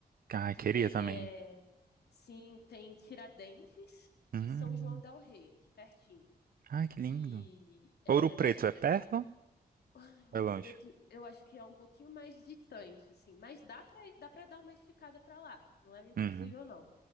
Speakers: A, on the right (about 60°); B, on the left (about 85°).
A: Ai,
B: Que
A: queria
B: tem,
A: também.
B: é, Sim, tem Tiradentes
A: Hum.
B: e São João del Rei, aqui pertinho.
A: Ai, que lindo.
B: E é,
A: Ouro Preto
B: dá tipo,
A: é perto?
B: ai,
A: Foi
B: Ouro
A: longe.
B: Preto, eu acho que é um pouquinho mais distante, assim, mas dá pra, dá pra dar uma esticada pra lá, não é impossível
A: Uhum,
B: não.